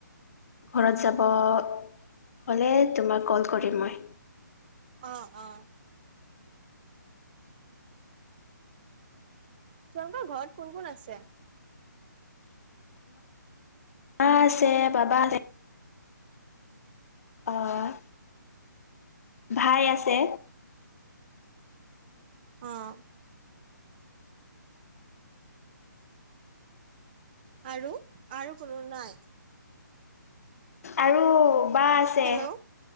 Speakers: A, on the left (about 50°); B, on the right (about 25°).
A: ঘৰত
B: অ
A: যাব হ'লে তোমাক কল কৰিম মই।
B: অ', অ'। তোমালোকৰ ঘৰত কোন কোন আছে?
A: মা আছে বাবা অ'। ভাই আছে।
B: অ'। আৰু আৰু কোনো নাই?
A: আৰু বা আছে,
B: হেল্ল'